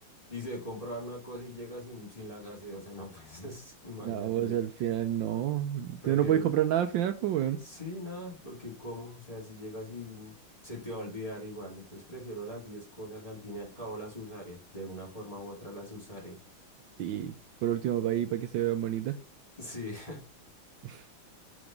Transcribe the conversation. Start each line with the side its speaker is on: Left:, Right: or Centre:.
Left: y se compra una cosa y llega sin, sin la gaseosa, no, <laughs> pues imagínate,
Right: No, pues
Left: yo
Right: al final no.
Left: prefiero
Right: Tú no puedes comprar nada al final, pues, weón.
Left: Sí, nada, porque cómo, o sea, si llegas y se te va a olvidar igual, entonces prefiero las 10 cosas, al fin y al cabo las usaré, de una forma u otra las usaré.
Right: Y por último, para ahí, para que se vean bonitas.
Left: Sí, <laughs>
Right: <laughs>